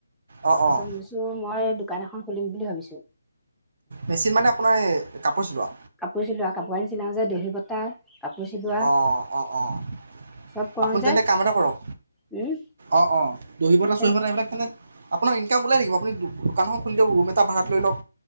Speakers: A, on the right; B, in the centre.
A: অঁ
B: তাৰপিছত
A: অঁ
B: তোৰ মই দোকান এখন খুলিম বুলি ভাবিছোঁ।
A: মেচিন মানে আপোনাৰ এই কাপোৰ চিলোৱা।
B: কাপোৰ চিলোঁৱা কাপোৰ নিচিনা যে দহিবতা। কাপোৰ চিলোৱা।
A: অ' অ' অ'
B: চব কৰো
A: আপুনি
B: যে
A: তেন্তে কাম এটা কৰক
B: উম
A: অ' অ' দহিবতটা
B: তেনে
A: চহিবতা এইবিলাক কেনে আপোনাৰ ইনকাম ওলাই থাকিব। আপুনি দোকানখন খুলি দিয়ক, ৰুম এটা ভাড়াত লৈ লওঁক।